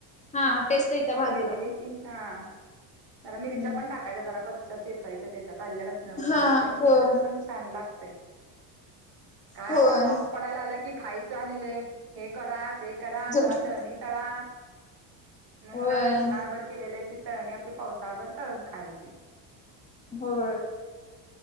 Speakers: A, on the left; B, on the right.
A: हा टेस्ट येत्या
B: फोडणी
A: भाजीला
B: दिली
A: पण
B: कि हा मिरच्या
A: हम्म
B: पण टाक. काच्या जरा कच्चा चेचायचा त्याच्यात आलेलं अस ना बरोबर
A: हा
B: ते पण
A: होय
B: तस पण छान लागत. काय
A: होय
B: आता पाऊस पडायला आला कि खायच आणी ले हे करा ते करा. करा
A: झोप
B: जरा तळनि तळा मग
A: होय
B: उन्हाळ्यात उन्हा्यावरर. केलेले ती तळणी आपली पावसाभर तळून खायची.
A: हो.